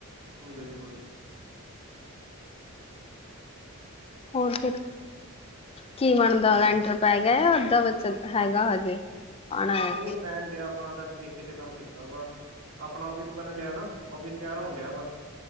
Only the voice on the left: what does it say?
ਹੋਰ ਫਿਰ, ਕੀ ਬਣਦਾ
ਲੈਂਟਰ
ਪੈ ਗਿਆ ਅੱਧਾ ਬਨ ਹੈਗਾ ਹਜੇ?? ਆਣਾ ਹੈ